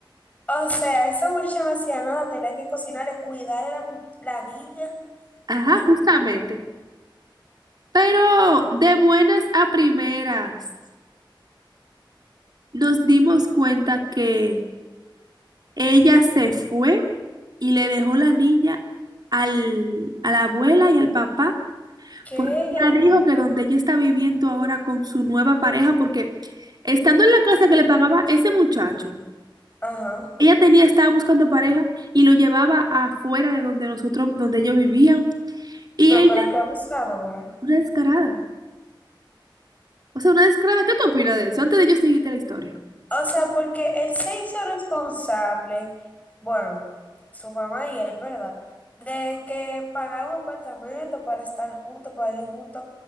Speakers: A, on the left; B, on the right.
A: O sea, esa muchacha no hacía nada, tenía que cocinar cuidar a la, mu- la niña.
B: Ajá,
A: Ay,
B: justamente.
A: padre.
B: Pero de buenas a primeras. nos dimos cuenta que ella se fue y le dejó la niña al, a la abuela y al papá,
A: ¿Qué?
B: porque ella dijo que donde ella está viviendo ahora con su nueva pareja, porque estando en la casa que le pagaba ese muchacho,
A: Ajá.
B: ella tenía, estaba buscando pareja y lo llevaba afuera de donde nosotros, donde ellos vivían. Y
A: No,
B: ella,
A: pero qué abusadora.
B: una descarada. O sea, una descarada. ¿Qué tú opinas de eso? Antes de yo seguirte la historia.
A: O sea, porque él se hizo responsable, bueno, su mamá y él, ¿verdad? De que pagaron un apartamento para estar juntos, para ir juntos.